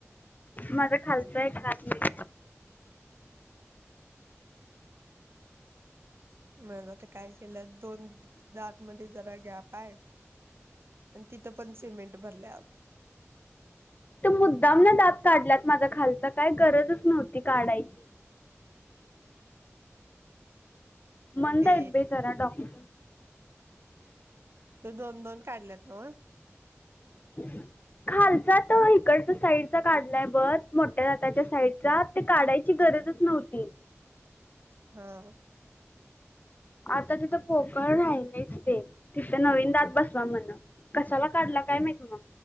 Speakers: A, on the left; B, on the right.
A: माझ खालचय एक दात नाहीय.
B: मग तर काय केलं दोन दात मध्ये जरा गॅप आहे. आणि तिथं पण सिमेंट भरल्यात.
A: तो मुद्दाम ना दात काढल्यात माझा खालचा काय गरजच नव्हती काढायची. मंद
B: ते
A: इत बाई जरा डॉक्टर.
B: त दोन दोन काढल्यात न व?
A: <inaudible> खालचा तर इकडचा साईडचा काढलाय बघ मोठ्या दाताच्या साईडचा ते काढायची गरज च नव्हती.
B: हा.
A: आता तिथं पोपळ राहिलेच ते तिथं नवीन दात बसवा म्हण कशाला काढला. काय माहिती मग.